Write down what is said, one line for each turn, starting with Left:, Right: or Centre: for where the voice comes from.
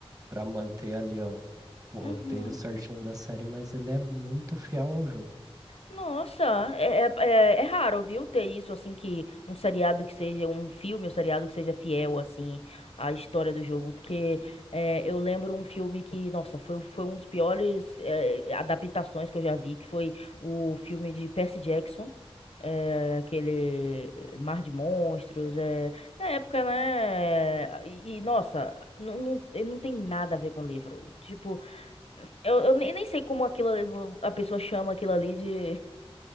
Right: Pra manter ali, ó, o roteiro
Left: Uhum.
Right: certinho da série, mas ele é muito fiel ao jogo.
Left: Nossa, é, é, é- é raro, viu, ter isso, assim, que um seriado que seja, um filme ou seriado que seja fiel, assim, à história do jogo, porque é, eu lembro um filme que, nossa, foi, foi um dos piores é, adaptações que eu já vi, que foi o filme de Percy Jackson, é, aquele Mar de Monstros, é, na época, né, e, e, nossa, não, não, não tem nada a ver com o livro, tipo... Eu, eu nem nem sei como aquilo, ali- a pessoa chama aquilo ali de